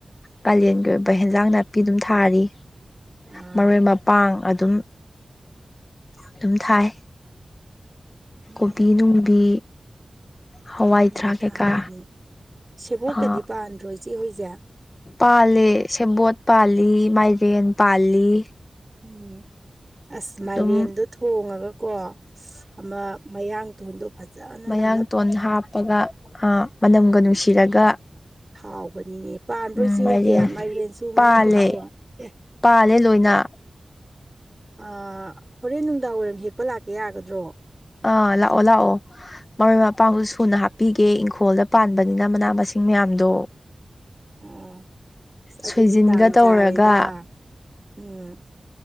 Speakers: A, on the left; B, on the right.
A: ꯀꯥꯂꯦꯟꯒꯤ ꯑꯣꯏꯕ ꯍꯦꯟꯖꯥꯡ ꯅꯥꯄꯤ ꯑꯗꯨꯝ ꯊꯥꯔꯤ
B: ꯑꯥ
A: ꯃꯔꯣꯏ ꯃꯄꯥꯡ ꯑꯗꯨꯝ ꯑꯗꯨꯝ ꯊꯥꯏ
B: ꯎꯝ
A: ꯀꯣꯕꯤ ꯅꯨꯡꯕꯤ ꯍꯋꯥꯏꯊꯔꯥꯛ
B: ꯌꯥꯝ ꯊꯥꯔꯤꯅꯤ
A: ꯀꯩꯀꯥ
B: ꯁꯦꯕꯣꯠꯀꯗꯤ
A: ꯑ
B: ꯄꯥꯟꯗ꯭ꯔꯣ ꯏꯆꯦ ꯍꯣꯏꯁꯦ
A: ꯄꯥꯂꯦ ꯁꯕꯠ ꯄꯥꯜꯂꯤꯦ ꯂꯤ ꯃꯥꯏꯕꯦꯟ ꯄꯥꯜꯂꯤ
B: ꯎꯝ ꯑꯁ
A: ꯑꯗꯨꯝ
B: ꯃꯥꯏꯔꯦꯟꯗꯣ ꯊꯣꯡꯉꯒꯀꯣ ꯑꯃ ꯃꯌꯥꯡ ꯊꯣꯟꯗꯣ ꯐꯖꯅ ꯅꯝ
A: ꯑꯥꯡꯇꯣꯟ ꯍꯥꯞꯄꯒ ꯃꯅꯝꯒ
B: ꯎꯝ
A: ꯅꯨꯡꯁꯤꯔꯒ
B: ꯍꯥꯎꯕꯅꯤꯅꯦ ꯄꯥꯟꯕꯣꯏꯁꯤ
A: ꯎꯝ ꯃꯥꯏꯔꯦꯟ
B: ꯍꯣꯏꯒꯤ ꯃꯥꯏꯔꯦꯟꯁꯨ ꯃꯌꯥꯡꯇꯣꯟꯁꯨ
A: ꯄꯥꯜꯂꯦ
B: ꯑꯦ
A: ꯄꯥꯜꯂꯦ ꯂꯣꯏꯅ
B: ꯑ ꯍꯣꯔꯦꯟ ꯅꯨꯡꯗꯥꯡ ꯋꯥꯏꯔꯝ ꯍꯦꯛꯄ ꯂꯥꯛꯀꯦ ꯌꯥꯒꯗ꯭ꯔꯣ
A: ꯑꯥ ꯂꯥꯛꯑꯣ ꯂꯥꯛꯑꯣ ꯃꯔꯣꯏ ꯃꯄꯥꯡꯁꯨ ꯁꯨꯅ ꯍꯥꯞꯄꯤꯒꯦ ꯏꯪꯈꯣꯜꯗ ꯄꯥꯟꯕꯅꯤꯅ ꯃꯅꯥ ꯃꯁꯤꯡ ꯃꯌꯥꯝꯗꯣ
B: ꯑꯣ ꯑꯁ
A: ꯁꯣꯏꯖꯤꯟꯒ
B: ꯑꯗꯨꯗꯤ ꯇꯥꯟ
A: ꯇꯧꯔꯒ
B: ꯆꯥꯔꯦꯗ ꯎꯝ